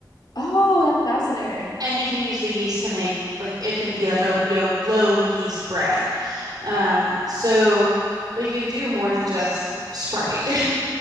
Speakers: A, on the left; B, on the right.
A: Oh, that's fascinating.
B: And you can use the yeast to make like it can be like a yo low yeast bread. Um, so like, you can do more than just Sprite. <laughs>